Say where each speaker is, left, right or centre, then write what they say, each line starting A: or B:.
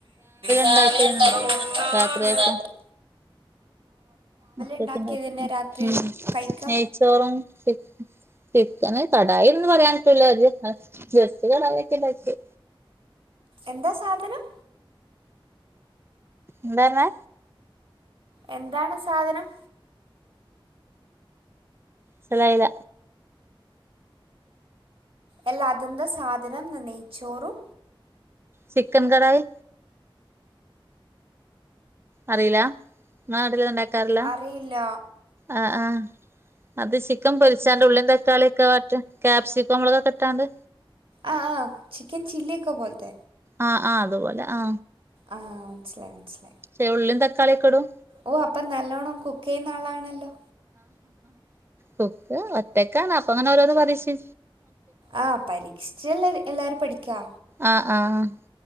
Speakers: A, on the right; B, on the right.
A: രാവിലെ
B: ഉണ്ടാക്കിയതന്നെ
A: ണ്ടാക്കിയെത്ണ്ടായിനു
B: ഉണ്ടായിരുന്നു രാത്രിയേക്കും
A: രാത്രിയ
B: ഉച്ചക്ക്ണ്ടാക്കിയെണ്ടായിനു
A: ഉണ്ടാക്കിയത് തന്നെ രാത്രി കഴിക്കാം
B: നെയച്ചോറും ചി ചിക്കന് കടായിന്ന് പറയൻ പറ്റൂല്ല അ ജസ്റ്റ് കടയൊക്കെ ണ്ടാക്കിയെ
A: എന്താ സാധനം
B: എന്താന്ന്
A: എന്താണ് സാധനം
B: സലായില
A: എല്ലാ അതെന്ത സാധനംന്ന് നെയ്ച്ചോറും
B: ചിക്കൻ കടായി അറില ഇങ്ങളെ നാട്ടിൽ ഇത് ഇണ്ടാക്കാറില്ല
A: അറിയില്ല
B: ആ ആ അത് ചിക്കൻ പൊരിച്ചാണ്ട് ഉള്ളിയും തക്കാളിയൊക്കെ വാട്ട ക്പ്സിക്കം മോളകൊക്കെട്ടാണ്ട്
A: ആ ആ ചിക്കൻ ചി കോ ബോലത
B: ആ ആ അതുപോലെ ആ
A: ആ മനസ്സിലായി മനസ്സിലായി
B: ഏ ഉള്ളിം തക്കാളിയോക്കെടും
A: ഓ അപ്പൊ നല്ലോണം കുക്കെയ്യുന്ന ആളാണല്ലോ
B: കുക്ക് ഒറ്റക്കാണ് അപ്പങ്ങനെ ഓരോന്ന് പരീക്ഷി
A: ആ പരീക്ഷിച്ചല്ലെ എല്ലാരും പഠിക്കാ
B: ആ ആ